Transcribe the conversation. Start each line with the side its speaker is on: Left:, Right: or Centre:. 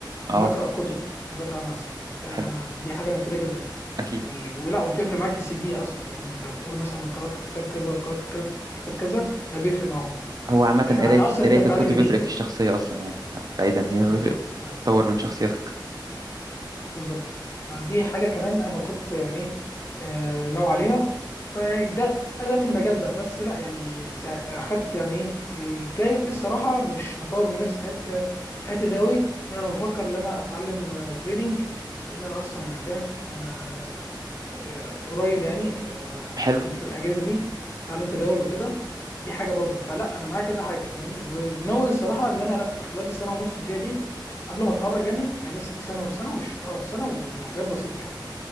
Right: اه
Left: ان انا اقرا كتب عن داتا اناليست آه
Right: حلو
Left: دي حاجه مفيده جدا
Right: اكيد
Left: يعني ولا وبتفرق معاك في السي في اصلا يعني انت بتقول له مثلا قرات كتاب كذا وقرات ك- كتاب كذا ده بيفرق معاهم
Right: هو عامة
Left: آه، عن
Right: قراية
Left: اصلا
Right: قراية
Left: انت بتتعلم
Right: الكتب
Left: منين
Right: بيفرق في الشخصية أصلا يعني بعيدا هي
Left: بالظبط
Right: بيفرق تطور من شخصيتك
Left: بالظبط دي حاجة كمان أنا كنت يعني آه، ناوي عليها فيعني ده ده في المجال ده بس لا يعني سا- أخدت يعني إيه، جاي الصراحة مش هطور من نفسي حتة في الحتة دي أوي لا أنا بفكر إن أنا أتعلم آه، تريدينج لأن أنا أصلا يعني فاهم آه، آه، قريب يعني آه،
Right: حلو
Left: في في الأجازة دي أتعلم تداول وكده دي حاجة برضك فلا أنا معايا كذا حاجة فاهمني وناوي الصراحة إن أنا لا في خلال السنة ونص الجاية دي قبل ما اتخرج يعني هي لسه في سنه وسنه وش اه سنه وحاجات بسيطه يعني